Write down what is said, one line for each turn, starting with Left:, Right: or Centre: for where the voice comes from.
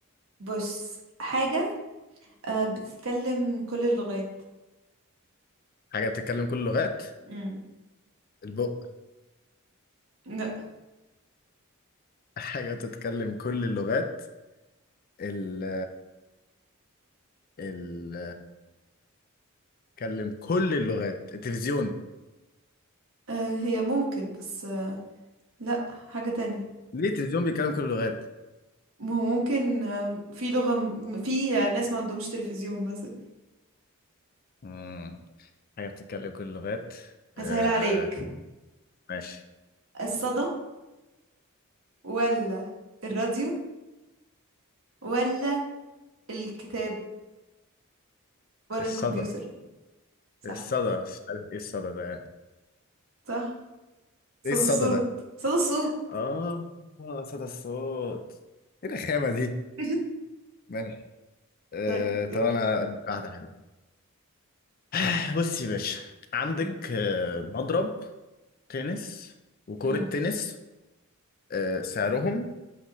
Right: بص حاجه آه، بتتكلم كل اللغات
Left: حاجه بتتكلم كل اللغات
Right: امم
Left: البق
Right: لا
Left: <laughs> حاجه بتتكلم كل اللغات ال ال بيتكلم كل اللغات التلفزيون
Right: آه، هي ممكن بس آه، لا حاجه تانية
Left: ليه التلفزيون بيتكلم كل اللغات
Right: ما هو ممكن آه، في لغه م- في آه، ناس ما عندهمش تلفزيون مثلا
Left: مم. حاجة بتتكلم كل اللغات آه
Right: هسهل عليك
Left: ماشي
Right: الصدى ولا الراديو ولا الكتاب ولا
Left: الصدى
Right: الكمبيوتر صح
Left: الصدى مش عارف ايه الصدى ده يعني
Right: صح صدى
Left: ايه الصدى
Right: الصوت
Left: ده
Right: صدى الصوت
Left: اه آه، صدى الصوت ايه الرخامة دي
Right: <laughs>
Left: ماشي آه
Right: طيب دور
Left: طب انا هقول لك واحدة حلوة <sighs> آه، بص يا باشا عندك
Right: مم.
Left: آه، مضرب تنس وكرة
Right: مم.
Left: تنس آه، سعرهم